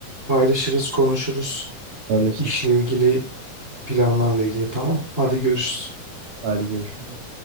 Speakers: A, on the right; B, on the right.
A: paylaşırız, konuşuruz.
B: Haberleşiriz.
A: İşle ilgili Planlarla ilgili tamam. Hadi görüşürüz.
B: Hadi görüşürüz.